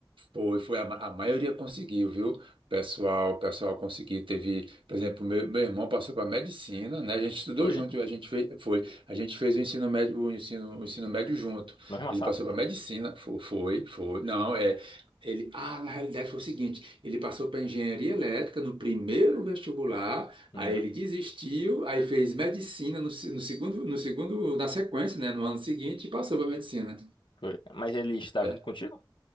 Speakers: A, on the right; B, on the left.
A: Foi, foi, a, ma- a maioria conseguiu, viu? O Pessoal, o pessoal conseguiu, teve, por exemplo, meu, meu irmão passou para medicina, né? A gente estudou
B: Foi?
A: junto, a gente fez, foi, a gente fez o ensino médio, o ensino, o ensino médio junto.
B: Na mesma
A: Ele
B: sala?
A: passou para medicina, foi, foi, foi. Não, é, ele, ah, na realidade foi o seguinte, ele passou para engenharia elétrica no primeiro vestibular,
B: Hum,
A: aí ele desistiu, aí fez medicina no, se- no segundo, no segundo, na sequência, né? No ano seguinte, e passou para medicina.
B: foi. Mas ele estava
A: É.
B: junto contigo?